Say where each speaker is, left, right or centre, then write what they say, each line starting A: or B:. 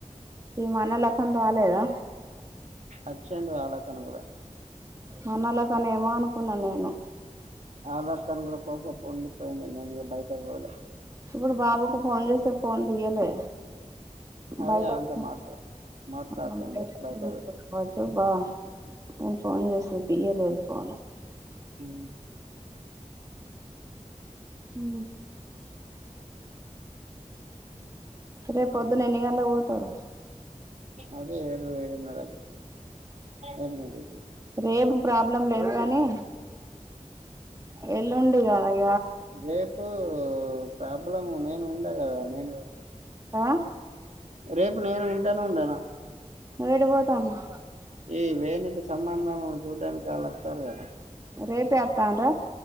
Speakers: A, on the right; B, on the right.
A: ఈ మనలకం రాలేదా.
B: అచ్చండు వాళ్ళకను గూడా
A: మనొళ్ళకని ఏమో అనుకున్నా నేను
B: ఆధార్ల కార్డ్ కోసం <unintelligible> నేను కూడా బయటకు పోలే.
A: ఇప్పుడు బాబూకు ఫోన్ జెస్తే ఫోన్ దియ్యలా
B: అదే
A: బయటకు
B: ఆమెతో
A: పోనీ
B: మాట్లా మాట్లాడుతుండే
A: <unintelligible>
B: బయట పోయి
A: నేన్ ఫోన్ జేస్తే తియ్యలేదు ఫోను
B: ఉ
A: ఉ రే పొద్దున్న ఎన్ని గంట్లవోతారు
B: అదే ఏడు ఏడున్నర్రకు ఎనిమిదికి
A: రేపు ప్రాబ్లం లేదు గాని ఎల్లుండి గదా
B: రేపు ప్రాబ్లము నేను ఉండ గదా నేను
A: ఆ
B: రేపు నేను ఉంటానో ఉండనొ
A: నువ్యాటికి పోతావ్ అన్న
B: ఈ వేనూకి సంబంధం జూడ్డానికి ఆల్లొత్తారు గదా
A: రేపే అత్తాండ్ర